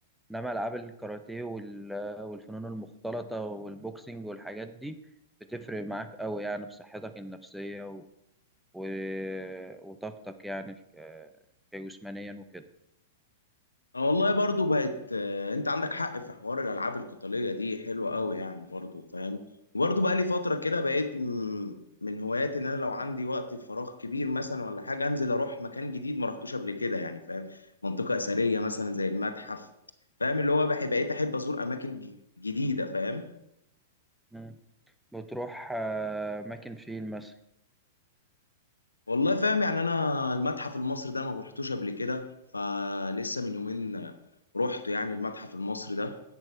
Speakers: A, in the centre; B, on the left.
A: إنما ألعاب الكاراتيه وال... والفنون المختلطة والبوكسينج والحاجات دي بتفرق معاك أوي يعني في صحتك النفسية و... و... وطاقتك يعني في ك... كجسمانيا وكده
B: آه والله برضو بقت آه، انت عندك حق في حوار الالعاب القتاليه دي حلوه قوي يعني برضو فاهم وبرضو بقى لي فتره كده بقيت م- من هواياتي ان انا لو عندي وقت فراغ كبير مثلا ولا حاجه انزل اروح مكان جديد ما رحتوش قبل كده يعني فاهم منطقه اثريه مثلا زي المتحف فاهم اللي هو بحب بقيت احب ازور اماكن ج- جديده فاهم
A: مم. بتروح آه، أماكن فين مثلا
B: والله فاهم يعني انا المتحف المصري ده ما رحتوش قبل كده فلسه من يومين آه، رحت يعني المتحف المصري ده